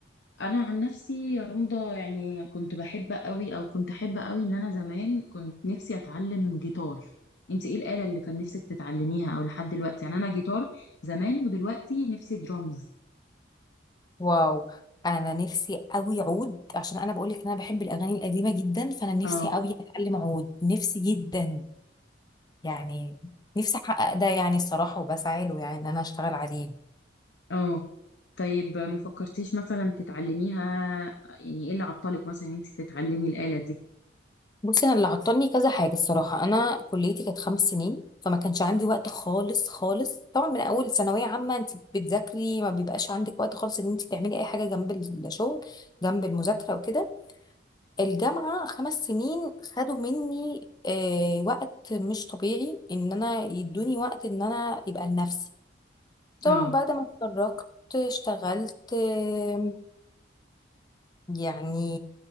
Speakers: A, on the left (about 70°); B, on the left (about 20°).
A: انا عن نفسي يا رندا يعني كنت بحب قوي او كنت احب قوي ان انا زمان كنت نفسي اتعلم جيتار انت ايه الآلة اللي كان نفسك تتعلميها او لحد دلوقتي يعني انا جيتار زمان ودلوقتي نفسي درامز
B: واو أنا نفسي أوي عود عشان أنا بقولك إن أنا بحب الأغاني القديمة جدا فأنا نفسي
A: اه
B: أوي أتعلم عود نفسي جدا يعني نفسي أحقق ده يعني الصراحة وبسعى له يعني إن أنا أشتغل عليه
A: اه طيب ما فكرتيش مثلا تتعلميها يعني ايه اللي عطلك مثلا إن انت تتعلمي الآلة دي
B: بصي انا اللي عطلني كذا حاجه الصراحه انا كليتي كانت خمس سنين فما كانش عندي وقت خالص خالص طبعا من اول ثانويه عامه انت بتذاكري ما بيبقاش عندك وقت خالص ان انت تعملي اي حاجه جنب الشغل جنب المذاكره وكده الجامعه خمس سنين خدوا مني آه وقت مش طبيعي ان انا يدوني وقت ان انا يبقى لنفسي طبعا
A: اه
B: بعد ما اتخرجت اشتغلت آه، يعني